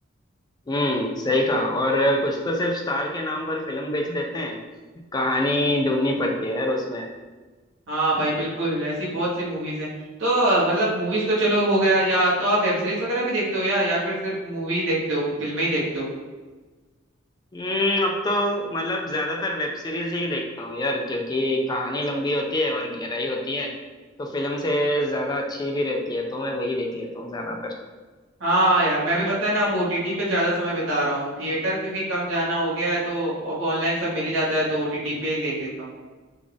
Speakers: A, on the left (about 20°); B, on the right (about 75°).
A: हम्म सही कहा और कुछ तो सिर्फ स्टार के नाम पर फिल्म बेच देते हैं कहानी ढूंढनी पड़ती है यार उसमें
B: हाँ भाई बिल्कुल ऐसी बहुत सी मूवीज हैं तो अ, मतलब मूवीज तो चलो हो गया या तो आप वेब सीरीज वगैरह भी देखते हो या या फिर सिर्फ मूवी देखते हो फिल्में ही देखते हो
A: हम्म अब तो मतलब ज्यादातर वेब सीरीज ही देखता हूँ यार क्योंकि कहानी लंबी होती है और गहराई होती है तो फिल्म से ज्यादा अच्छी भी रहती है तो मैं वही देख लेता हूँ ज्यादा
B: हाँ यार मैं भी <laughs> पता है ना अब ओटीटी पे ज्यादा समय बिता रहा हूँ थिएटर क्योंकि कम जाना हो गया है तो अब ऑनलाइन सब मिल ही जाता है तो ओटीटी पे ही देख लेता हूँ